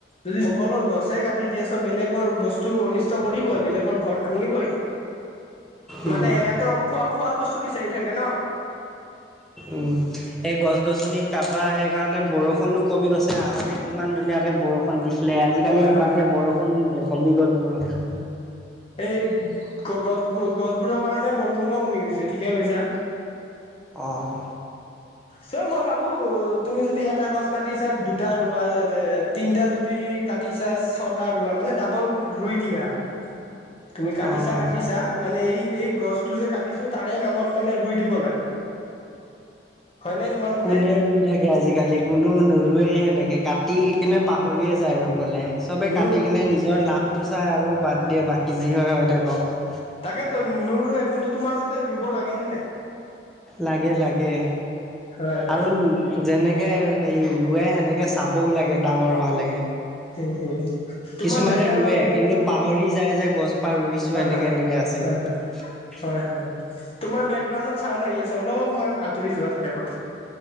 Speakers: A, on the left; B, in the centre.
A: যদি জংঘলৰ গছে কাটি দিয়া বেলেগৰ বস্তু অনিষ্ট কৰিবই বেলেগৰ ঘৰ ভাঙিবই।
B: উম,
A: মানে এ, ত খোৱা, খোৱা বস্তু বিচাৰি থাকে ন!
B: উ। এ, গছ-গছনি, তাপা সেইকাৰণে বৰষুণো কমি গৈছে, আগতে কিমান ধুনীয়াকে বৰষুণ দিছিলে আজিকালি
A: হয়
B: সিমানকে
A: হয় হয়
B: বৰষুণো নিদিয়ে কমি গ'ল বৰষুণ।
A: এই, গ-গছবোৰ গছবোৰৰ কাৰণে বৰষুণো কমি গৈছে ঠিকে কৈছা।
B: অ'।
A: চ, মই ভাবো তুমি যদি এটা গছ কাটিছা দুটা ৰুৱা <unintelligible> তিনটা যদি কাটিছা, ছটা ৰুৱা মানে ডাবল ৰুই দিয়া আৰু। তুমি কাটিছা,
B: অ'।
A: কাটিছা। মানে এই, এই গছটো যে কাটিছো তাৰে নামত মানে ৰুই দিব লাগে। হয়নে তোমাৰ মতে
B: কোনে ৰুই থাকে আজিকালি কোনো নৰুৱেই সেনেকে কাটি কিনে পাহৰিয়ে যায় ৰুবলে। চবেই
A: নো
B: কাটিকনে নিজৰ লাভটো চাই আৰু বাদ দিয়ে বাকী যি হয় হৈ থাকক।
A: তাকেতো নৰুৱে, কোনটো তোমাৰ মতে ৰুব লাগে নে নাই?
B: লাগে, লাগে।
A: হয় হয়
B: আৰুল যেনেকে হেৰি ৰুৱে সেনেকে চাবও লাগে ডাঙৰ হোৱা লৈকে।
A: হুম হুম হুম তোমাৰ
B: কিছুমানে
A: বেকগ্ৰাউণ্ডত
B: ৰুৱে, কিন্তু পাহৰি যায় যে গছপা ৰুইছো।
A: হয়
B: এনেকে
A: হয়
B: এনেকে আছে
A: হয়
B: <unintelligible>
A: হয় হয়, হয়। তোমাৰ বেকগ্ৰাউণ্ডত চাওন্দ আহি আছে, অলপমান আঁতৰি যোৱা তাৰে পৰা।